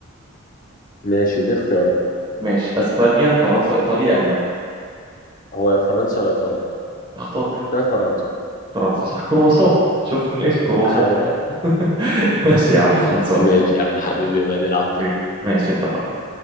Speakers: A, on the left; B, on the right.
A: ماشي دي اختيارات
B: ماشي اسبانيا فرنسا ايطاليا المانيا
A: هو يا فرنسا يا ايطاليا
B: اختار
A: ده فرنسا
B: فرنسا صح كرواسون شوف من الاسم كرواسون
A: ايوه ايوه
B: <laughs> ماشي يا عم
A: <laughs>
B: خلصان
A: ماشي يا عم حبيبي بقى نلعب
B: حبيبي
A: تاني
B: ماشي اتفقنا